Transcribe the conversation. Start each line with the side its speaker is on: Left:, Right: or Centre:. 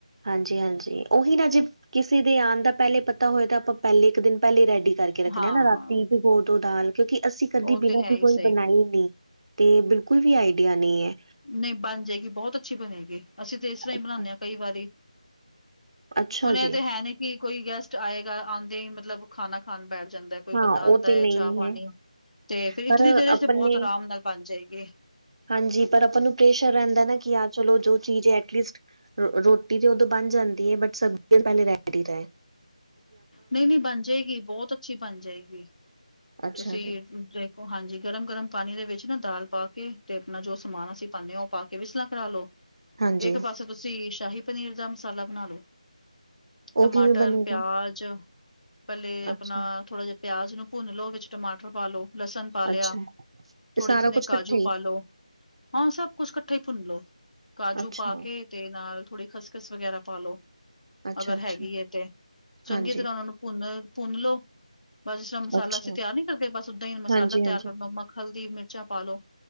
Right: ਹਾਂਜੀ-ਹਾਂਜੀ ਓਹੀ ਨਾ ਜੇ ਕਿਸੇ ਦੇ ਆਣ ਦਾ ਪੇਹਲੇ ਪਤਾ ਹੋਏ ਤਾਂ ਆਪਾਂ ਪੇਹਲੇ ਇੱਕ ਦਿਨ ਪੇਹਲੇ ਹੀ ਰੈਡੀ ਕਰ ਕੇ ਰੱਖਣੇ
Left: ਹਾਂ
Right: ਆ ਨਾ, ਰਾਤੀ ਪਿਗੋ ਦੋ ਦਾਲ ਕਿਉਂਕਿ ਅਸੀਂ ਕਦੀ
Left: ਉਹ
Right: ਬਿਨਾਂ
Left: ਤੇ ਹੈ
Right: ਭੀਗੋਏ
Left: ਹੀ ਸਹੀ
Right: ਬਣਾਈ ਨੀ। ਤੇ ਬਿਲਕੁਲ ਵੀ ਆਈਡੀਆ ਨਈ ਏ।
Left: ਨਈ ਬਣ ਜਾਏਗੀ ਬੋਹਤ ਅੱਛੀ ਬਣੇਗੀ, ਅਸੀਂ ਤੇ ਏਸ ਰ੍ਹਾਂ
Right: ਅੱਛਾ,
Left: ਹੀ ਬਣਾਨੇ ਆਂ ਕਈ ਵਾਰੀ।
Right: ਅੱਛਾ
Left: ਹੁਣ
Right: ਜੀ।
Left: ਏਹ ਤੇ ਹੈ ਨੀ ਕਿ ਕੋਈ ਗੈਸਟ ਆਏਗਾ, ਆਂਦੇ ਹੀ ਮਤਲਬ ਖਾਣਾ ਖਾਣ ਬੈਠ ਜਾਂਦਾ ਏ। ਕੋਈ
Right: ਹਾਂ
Left: ਬੰਦਾ ਆਂਦਾ
Right: ਉਹ ਤੇ
Left: ਏ
Right: ਨਹੀਂ
Left: ਚਾਹ ਪਾਣੀ,
Right: ਹੈ
Left: ਤੇ ਫਿਰ ਇਤਨੀ
Right: ਪਰ
Left: ਦੇਰ
Right: ਆਪਣੇ
Left: ਚ ਬੋਹਤ ਆਰਾਮ ਨਾਲ ਬਾਣ ਜਾਏਗੀ।
Right: ਹਾਂਜੀ ਪਰ ਅਪਾਂ ਨੂੰ ਪ੍ਰੇਸ਼ਰ ਰੇਹੰਦਾ ਨਾ ਕਿ ਆ ਚਲੋ ਜੋ ਚੀਜ਼ ਐਟਲੀਸਟ ਅ ਰੋਟੀ ਤੇ ਉਦੋਂ ਬਣ ਜਾਂਦੀ ਏ ਬਟ ਸਬਜ਼ੀ ਪੇਹਲੇ ਰੇਡੀ ਰਏ।
Left: ਨਈ-ਨਈ ਬਾਣ ਜਾਏਗੀ ਬੋਹਤ ਅੱਛੀ ਬਾਣ ਜਾਏਗੀ,
Right: ਅੱਛਾ
Left: ਤੁਸੀਂ
Right: ਜੀ
Left: ਦੇਖ ਹਾਂਜੀ ਗਰਮ-ਗਰਮ ਪਾਣੀ ਦੇ ਵਿੱਚ ਨਾ ਦਾਲ ਪਾ ਕੇ ਤੇ ਅਪਣਾ ਜੋ ਸਮਾਨ ਅਸੀਂ ਪਾਣੇ ਆਂ ਉਹ ਪਾ ਕੇ ਵਿਸਲਾਂ ਕਰਾ ਲੋ।
Right: ਹਾਂਜੀ
Left: ਏਕ ਪਾਸੇ ਤੁਸੀਂ ਸ਼ਾਹੀ ਪਨੀਰ ਦਾ ਮਸਾਲਾ ਬਣਾ ਲੋ, ਟਮਾਟਰ
Right: ਉਹ ਕਿਵੇਂ ਬਣੇਗਾ
Left: ਆਲ ਚ, ਪੇਹਲੇ ਅਪਣਾ
Right: ਅੱਛਾ
Left: ਥੋੜਾ ਜੇਆ ਪਿਆਜ ਨੂੰ ਭੁੰਨ ਲੋੋ ਵਿੱਚ ਟਮਾਟਰ ਪਾ ਲੋੋ ਲਸਣ ਪਾ ਲੇਆ,
Right: ਅੱਛਾ
Left: ਥੋੜੇ
Right: ਇਹ ਸਾਰਾ
Left: ਜਿੰਨੇ
Right: ਕੁਛ
Left: ਕਾਜੂ
Right: ਇਕੱਠੇ ਹੀ
Left: ਪਾ ਲੋ। ਹਾਂ ਸਭ ਕੁਛ ਕੱਠਾ ਹੀ ਭੁੰਨ ਲੋੋ, ਕਾਜੂ
Right: ਅੱਛਾ
Left: ਪਾ ਕੇ ਤੇ ਨਾਲ ਥੋੜ੍ਹੀ ਖਸਖਸ ਵਗੈਰਾ ਪਾ ਲੋ,
Right: ਅੱਛਾ
Left: ਅਗਰ
Right: ਅੱਛਾ
Left: ਹੈਗੀ ਏ ਤੇ। ਚੰਗੀ
Right: ਹਾਂਜੀ
Left: ਤਰ੍ਹਾਂ ਉਨ੍ਹਾਂ ਨੂੰ ਭੁੰਨ, ਭੁੰਨ ਲੋ। ਬਸ ਜਿਸ ਤਰ੍ਹਾਂ ਮਸਾਲਾ
Right: ਅੱਛਾ
Left: ਅਸੀਂ ਤਿਆਰ ਨੀ ਕਰਦੇ ਬਸ ਉਦਾਂ ਹੀ ਮਸਾਲਾ
Right: ਹਾਂਜੀ ਹਾਂਜੀ
Left: ਤਿਆਰ ਕਰਨਾ ਮੱਖ, ਹਲਦੀ, ਮਿਰਚਾਂ ਪਾ ਲੋ।